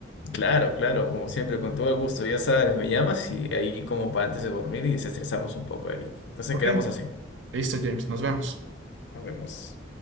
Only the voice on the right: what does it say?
Ok,
listo, James, nos vemos.